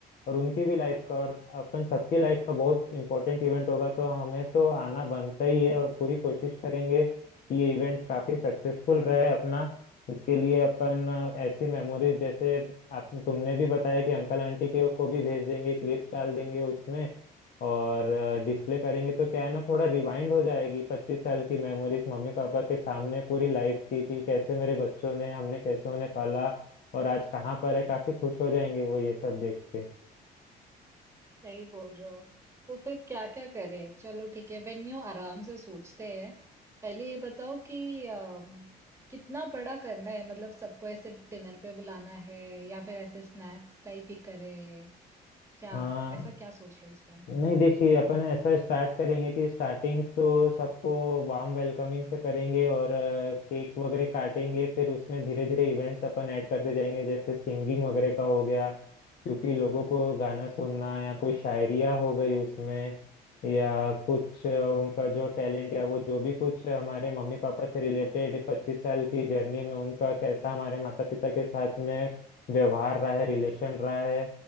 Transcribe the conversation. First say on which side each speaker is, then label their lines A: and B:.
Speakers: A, on the left; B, on the right.
A: और उनकी भी लाइफ का और अपन सबकी लाइफ का बहुत इंपॉर्टेंट इवेंट होगा तो हमें तो आना बनता ही है और पूरी कोशिश करेंगे कि ये इवेंट काफ़ी सक्सेसफुल रहे अपना इसके लिए अपन अ, ऐसी मेमोरीज जैसे आप तुमने भी बताया कि अंकल आंटी के को भी भेज देंगे क्लिप्स डाल देंगे उसमें और डिस्प्ले करेंगे तो क्या है ना थोड़ा रिवाइंड हो जाएगी पच्चीस साल की मेमोरीज मम्मी पापा के सामने पूरी लाइफ की कि कैसे मेरे बच्चों ने हमने कैसे उन्हें पाला और आज कहाँ पर है काफी खुश हो जाएंगे वो ये सब देख के
B: सही बोल रहे हो तो फिर क्या क्या करें चलो ठीक है वेन्यू आराम से सोचते हैं पहले ये बताओ कि अ, कितना बड़ा करना है मतलब सबको ऐसे डिनर पे बुलाना है या फिर ऐसे स्नैक्स टाइप ही करें क्या
A: हाँ
B: ऐसा क्या सोच रहे हो इस पे
A: नहीं देखिए अपन ऐसा स्टार्ट करेंगे कि स्टार्टिंग तो सबको वार्म वेलकमिंग से करेंगे और केक वगैरह काटेंगे फिर उसमें धीरे धीरे इवेंट्स अपन ऐड करते जाएंगे जैसे सिंगिंग वगैरह का हो गया क्योंकि लोगों को गाना सुनना या कोई शायरिया हो गई उसमें या कुछ अ, उनका जो टैलेंट या वो जो भी कुछ हमारे मम्मी पापा से रिलेटेड पच्चीस साल की जर्नी में उनका कैसा हमारे माता पिता के साथ में व्यवहार रहा है रिलेशन रहा है